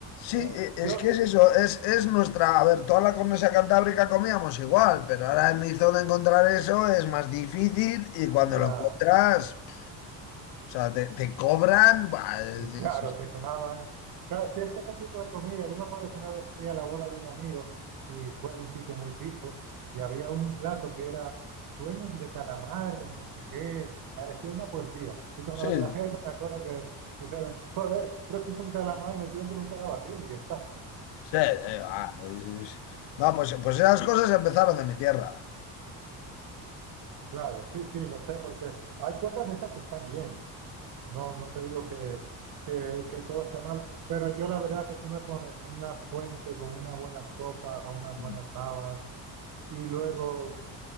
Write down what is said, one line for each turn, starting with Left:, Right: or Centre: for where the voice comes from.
Left: sí,
Right: Eh,
Left: e,
Right: yo,
Left: es que es eso, es, es nuestra, a ver, toda la cornisa cantábrica comíamos igual, pero ahora en mi zona encontrar eso es más difícil y cuando
Right: ya,
Left: lo encuentras, o sea, te, te cobran, buah, es-
Right: eh, <laughs> claro,
Left: es- es-
Right: te clavan. Claro, si es que ese tipo de comida, yo me acuerdo que una vez fui a la boda de un amigo y fue en un sitio muy pijo y había un plato que era sueños de calamar, no sé qué, parecía una poesía. Y cuando
Left: sí,
Right: lo trajeron, me acuerdo que dijeron, joder, pero si es un calamar metido dentro de un calabacín y ya está.
Left: sí, eh, va, es- es- no, pues, pues esas cosas empezaron de mi tierra.
Right: Claro, sí, sí, lo sé, porque hay cosas de esas que están bien. No, no te digo que, que, que todo sea mal, pero yo la verdad que tú me pones una fuente con una buena sopa, unas
Left: Mm.
Right: buenas habas y luego